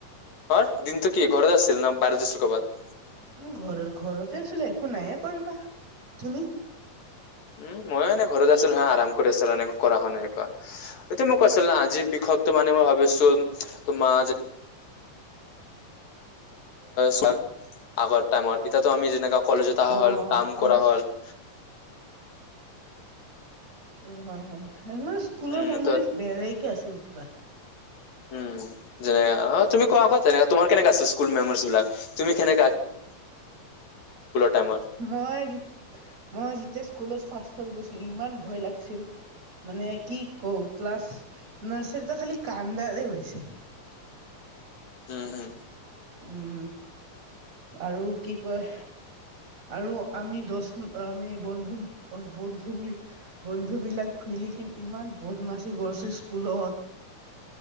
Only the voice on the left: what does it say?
অ দিনটো কি ঘৰতে আছিল ন বাহিৰত আছিল কবাত?
উম, ময়ো এনেে ঘৰত আছিলো হ আৰাম কৰি আছিলো এনেকে কৰা হ নাই এনেকোৱা তুমি কৈছিলা। আজি বিষয়তো মানে মই ভাবি আছো তোমাৰ চ আগৰ টাইমত <unintelligible> এতিয়াতো আমি যেনেকা কলেজত অহা
হল কাম
কৰা হ'ল।
উম
ত
উম, যেনে অ তুমি কোৱা আকৌ যেনেকে তোমাৰ কেনেককা আছে স্কুল মেমৰিজ বিলাক তুমি কেনে। টাইমৰ?
উম হম।